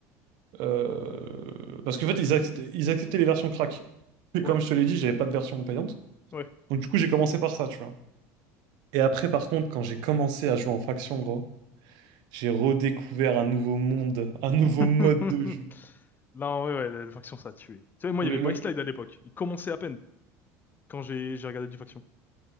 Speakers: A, on the right (about 70°); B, on the left (about 25°).
A: Euh,
B: Euh,
A: Parce qu'en fait,
B: ouais,
A: ils
B: euh,
A: acceptaient, ils acceptaient les versions crack. Et comme
B: ouais,
A: je te l'ai dit, j'avais pas de version payante.
B: ouais.
A: Donc du coup, j'ai commencé par ça, tu vois. Et après, par contre, quand j'ai commencé à jouer en faction, gros, j'ai redécouvert un nouveau monde, un nouveau
B: <laughs>
A: mode de jeu.
B: Non, ouais, ouais, le, Faction, ça a tué. Tu sais, moi,
A: Le,
B: il y avait Byslide
A: le-
B: à l'époque. Il commençait à peine quand j'ai j'ai regardé du Faction.